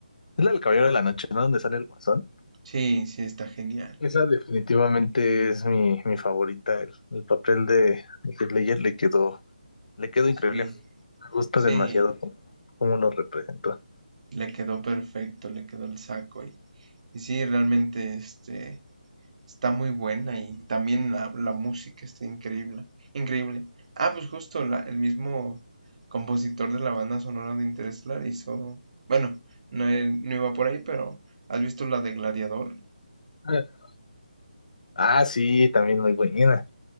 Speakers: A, on the left; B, on the right.
A: es la del Caballero de la Noche, ¿no? Donde sale el Guasón.
B: Sí, sí, está genial.
A: Esa definitivamente es mi, mi favorita. El, el papel de, de Heath Ledger le quedó, le quedó increíble.
B: Sí,
A: Me gusta
B: sí.
A: demasiado cómo, cómo lo representó.
B: Le quedó perfecto, le quedó el saco. Y, y sí, realmente, este, Está muy buena y también la, la música está increíble. Increíble. Ah, pues justo la- el mismo compositor de la banda sonora de Interstellar hizo. Bueno, no, e- no iba por ahí, pero ¿has visto la de Gladiador?
A: Ah, ah, sí, también muy buena.